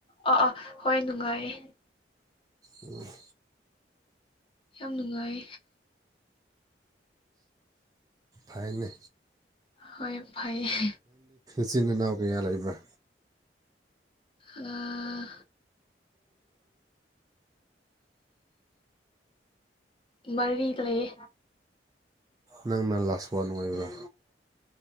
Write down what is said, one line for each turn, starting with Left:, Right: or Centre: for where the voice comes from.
Left: ꯑꯥ ꯑꯥ ꯍꯣꯏ ꯅꯨꯡꯉꯥꯏꯌꯦ
Right: ꯎꯝ <inaudible>
Left: ꯌꯥꯝ ꯅꯨꯡꯉꯥꯏ
Right: ꯊꯥꯏꯃꯦ
Left: ꯍꯣꯏ ꯐꯩꯌꯦ
Right: ꯏꯆꯤꯟ ꯏꯅꯥꯎ ꯀꯌꯥ ꯂꯩꯕ꯭ꯔꯥ
Left: ꯑꯥ ꯃꯔꯤ ꯂꯩꯌꯦ
Right: ꯅꯪꯅ ꯂꯁ ꯋꯥꯟ ꯑꯣꯏꯕ꯭ꯔꯥ